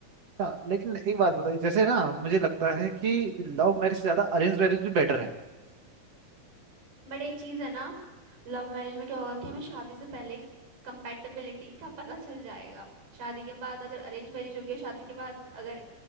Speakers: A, on the right; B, on the right.
A: अच्छा, लेकिन एक बात बताइए जैसे ना मुझे लगता है कि लव मैरिज से ज्यादा अरेंज मैरिज भी बेटर है
B: बट एक चीज है ना लव मैरिज में क्या होगा कि हमें शादी से पहले कंपेटेबिलिटी का पता चल जाएगा शादी के बाद अगर अरेंज मैरिज हो गया शादी के बाद अगर